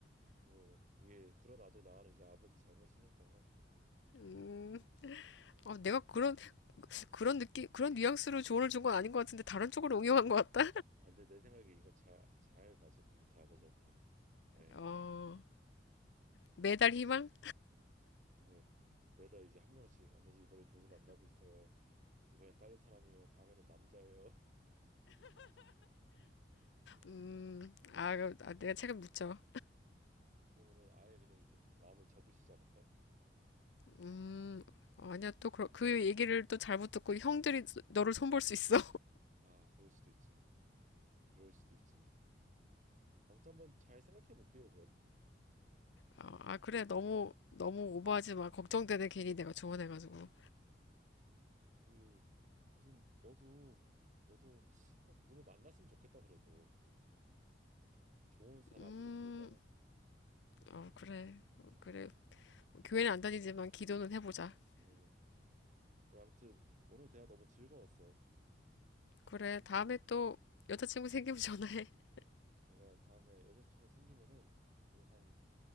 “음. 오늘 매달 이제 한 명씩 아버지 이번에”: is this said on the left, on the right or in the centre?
Right